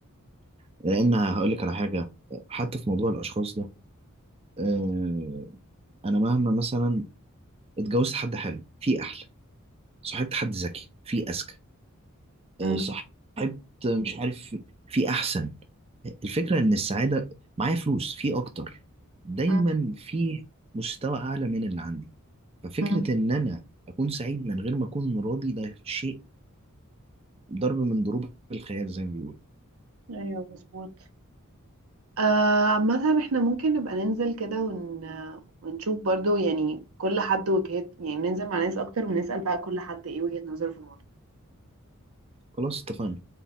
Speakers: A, on the right (about 25°); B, on the right (about 70°).
A: لان هقول لك على حاجه حتى في موضوع الاشخاص ده آه، انا مهما مثلا اتجوزت حد حلو في احلى صاحبت حد ذكي في اذكى آه،
B: أمم،
A: صاحبت مش عارف في احسن الفكره ان السعاده معايا فلوس في اكتر دايما
B: أمم،
A: في مستوى اعلى من اللي عندي ففكره
B: أمم.
A: ان انا اكون سعيد من غير ما اكون راضي ده شيء ضرب من ضروب الخيال زي ما بيقولوا
B: ايوه مظبوط آه، عامة احنا ممكن نبقى ننزل كده ون... ونشوف برضو يعني كل حد وجهات يعني ننزل مع ناس اكتر ونسأل بقى كل حد ايه وجهة نظره في الموضوع
A: خلاص اتفقنا